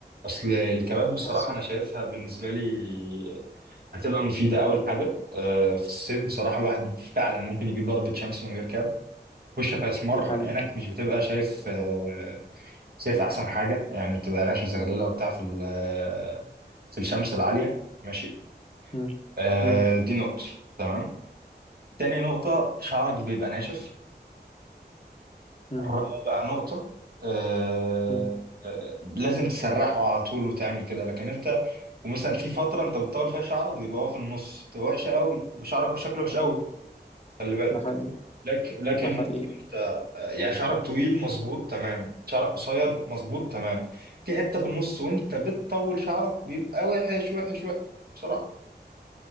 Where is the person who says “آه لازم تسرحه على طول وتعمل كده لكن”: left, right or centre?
Right